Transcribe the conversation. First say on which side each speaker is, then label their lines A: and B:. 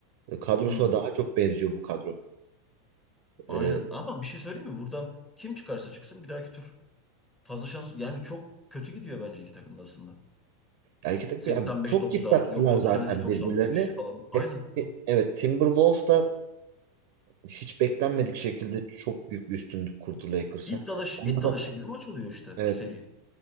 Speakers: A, on the right (about 60°); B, on the left (about 20°).
A: Kadrosuna
B: Hmm,
A: daha çok benziyor bu kadro.
B: aynen.
A: Ee,
B: Ama bir şey söyleyeyim mi? Buradan kim çıkarsa çıksın bir dahaki tur. Fazla şans yani çok kötü gidiyor bence iki takım da aslında.
A: yani iki
B: 85-90,
A: yani çok yıprattılar
B: yok 93-95
A: zaten birbirlerini.
B: falan. Aynen.
A: E- e- evet Timberwolves da hiç beklenmedik şekilde çok büyük bir üstünlük kurdu Lakers'a.
B: İt dalaşı,
A: Ben
B: it
A: orada,
B: dalaşı gibi maç oluyor işte
A: evet
B: seri.